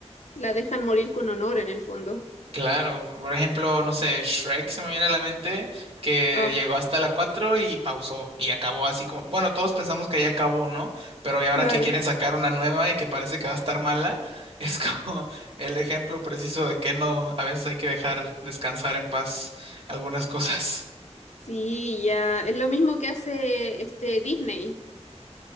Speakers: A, on the left; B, on the right.
A: la dejan morir con honor en el fondo.
B: claro, por ejemplo, no sé, Shrek se me viene a la mente, que
A: Ah,
B: llegó hasta la 4 y pausó y acabó así como, bueno, todos pensamos que ya acabó, ¿no? Pero y ahora
A: claro.
B: que quieren sacar una nueva y que parece que va a estar mala, <laughs> es como el ejemplo preciso de que no, a veces hay que dejar descansar en paz algunas cosas.
A: Sí, ya, es lo mismo que hace este Disney.